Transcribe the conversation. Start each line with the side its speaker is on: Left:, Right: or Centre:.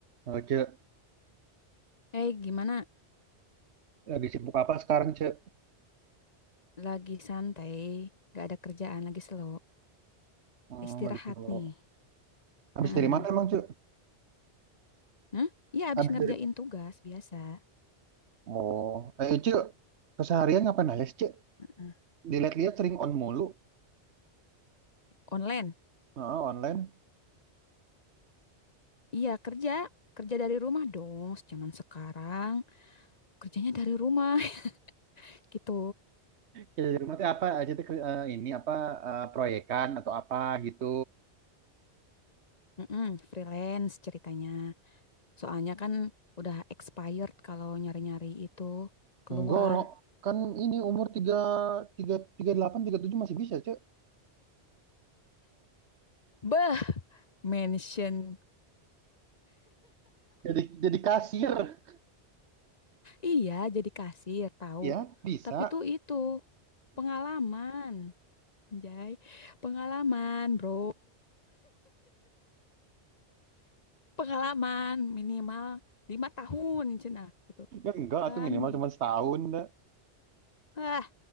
Right: Oh, Cek,
Left: Eh, gimana?
Right: lagi sibuk apa sekarang, Cek?
Left: Lagi santai, gak ada kerjaan, lagi slow.
Right: Hmm,
Left: Istirahat
Right: lagi sibuk.
Left: nih.
Right: Habis
Left: Heeh.
Right: dari mana emang, Cek?
Left: Hah? Iya, abis
Right: Habis
Left: ngerjain
Right: dari...
Left: tugas biasa.
Right: Oh, eh, Cek, keseharian ngapain aja, sih, Cek?
Left: Heeh.
Right: Dilihat-lihat sering on mulu,
Left: Online?
Right: Heeh, online.
Left: Iya, kerja. Kerja dari rumah dong, zaman sekarang. Kerjanya dari rumah, <laughs> gitu.
Right: Ya, di rumah tuh apa aja tuh, ke- eh, ini apa, eh, proyekan atau apa gitu.
Left: Heeh, freelance ceritanya. Soalnya kan udah expired kalau nyari-nyari itu keluar.
Right: Enggak orang kan ini umur tiga tiga tiga delapan tiga tujuh masih bisa cek.
Left: Beh, mention.
Right: Jadi, jadi kasir,
Left: Iya, jadi kasir, tahu.
Right: ya, bisa.
Left: Tapi tuh itu pengalaman. Anjay, pengalaman bro, pengalaman minimal lima tahun cina gitu
Right: Ya, enggak,
Left: kan
Right: tuh minimal
Left: gitu.
Right: cuma setahun, dah.
Left: Ah,